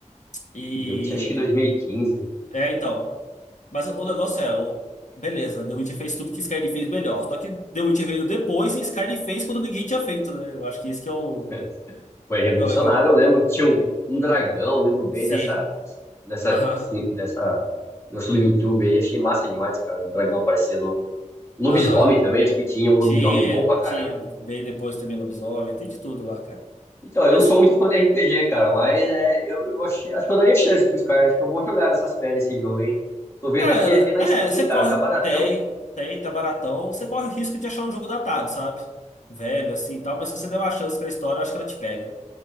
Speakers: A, on the left; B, on the left.
A: e...
B: The Witcher acho que dois
A: dez.
B: mil e quinze
A: E. É, então. Mas o negócio é, o, beleza, The Witcher fez tudo que Skyrim fez melhor. Só que The Witcher veio depois e Skyrim fez quando ninguém tinha feito, né? Eu acho que isso que é o,
B: <laughs> Foi revolucionário,
A: que é o legal.
B: eu lembro que tinha um, um dragão, eu lembro bem
A: Sim,
B: dessa... Dessa...
A: aham,
B: Dessa... Nosso YouTube aí, achei massa demais, cara. O dragão aparecendo Lobisomem
A: aham.
B: também, acho que tinha um lobisomem
A: Tia,
B: bom pra caramba.
A: tia, veio depois também lobisomem, tem de tudo lá, cara.
B: Então, eu
A: E
B: não
A: assim,
B: sou muito fã de RPG, cara, mas é, eu, eu achei- acho que eu daria chance pros caras. Acho que eu vou jogar nessas férias esse jogo, hein? Tô vendo
A: cara,
B: aqui, ele tem na
A: é,
B: Steam,
A: você
B: cara,
A: corre,
B: tá baratão.
A: tem, tem, tá baratão, você corre o risco de achar um jogo datado, sabe? Velho, assim e tal, mas se você der uma chance pra história, eu acho que ela te pega.